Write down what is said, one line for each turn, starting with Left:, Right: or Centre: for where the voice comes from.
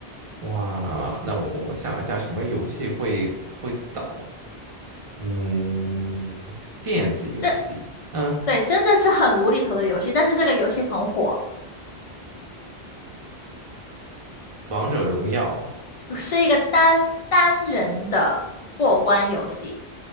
Right: 哇，那我我想一下，什么游戏会会倒？嗯，电子游戏，
Left: 这
Right: 嗯，
Left: 对真的是很无厘头的游戏，但是这个游戏很火，
Right: 王者荣耀，
Left: 是一个单单人的过关游戏，